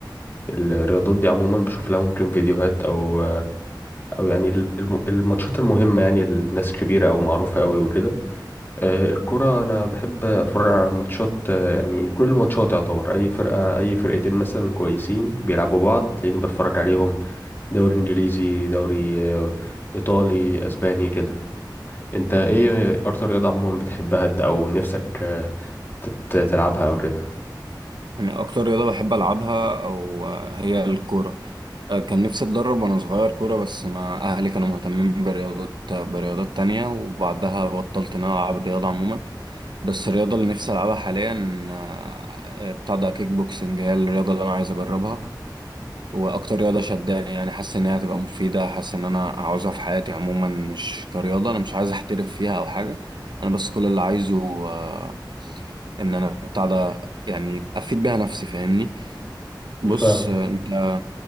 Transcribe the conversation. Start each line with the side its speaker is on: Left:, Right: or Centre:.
Left: والرياضات دي عموما بشوف لها ممكن فيديوهات او او يعني ال- الم- الماتشات المهمه يعني الناس كبيره او معروفه قوي وكده آه، الكرة أنا بحب أتفرج على الماتشات آه، يعني كل الماتشات يعتبر أي فرقة أي فرقتين مثلا كويسين بيلعبوا بعض تلاقيني بتفرج عليهم دوري إنجليزي دوري آه، إيطالي أسباني كده أنت إيه أكتر رياضة عموما بتحبها أنت أو نفسك آه، تت- تلعبها أو كده
Right: يعني أكتر رياضة بحب ألعبها أو آه، هي الكورة آه، كان نفسي أتدرب وأنا صغير كورة بس ما أهلي كانوا مهتمين برياضات آه، برياضات تانية وبعدها بطلت إن أنا ألعب رياضة عموما بس الرياضة اللي نفسي ألعبها حاليا آه، بتاع ده كيك بوكسنج هي الرياضة اللي أنا عايز أجربها وأكتر رياضة شداني يعني حاسس إن هي هتبقى مفيدة حاسس إن أنا عاوزها في حياتي عموما مش كرياضة أنا مش عايز أحترف فيها أو حاجة أنا بس كل اللي عايزه آه، إن أنا بتاع ده يعني أفيد بيها نفسي فاهمني بص
Left: فاهم
Right: انت